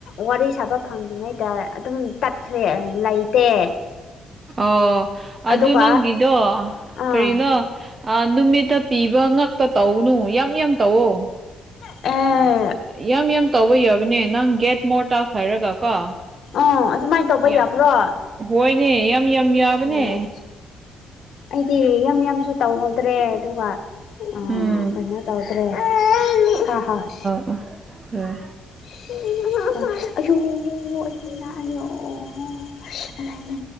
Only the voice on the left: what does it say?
ꯋꯥꯔꯤ ꯁꯥꯕ ꯐꯪꯗ꯭ꯔꯤꯉꯩꯗ ꯑꯗꯨꯝ ꯇꯠꯈ꯭ꯔꯦ ꯑ ꯂꯩꯇꯦ <inaudible>
ꯑꯗꯨꯒ
ꯑꯥ
ꯑꯥ
ꯑꫭ ꯑꯗꯨꯃꯥꯏ ꯇꯧꯕ
ꯌꯥꯕ꯭ꯔꯣ
ꯑꯣ ꯑꯩꯗꯤ ꯌꯥꯝ ꯌꯥꯝꯁꯨ ꯇꯧꯍꯧꯗ꯭ꯔꯦ ꯑꯗꯨꯒ ꯑ
ꯀꯩꯅꫭ ꯇꯧꯗ꯭ꯔꯦ ꯍꯥꯍꯣꯏ
<unintelligible>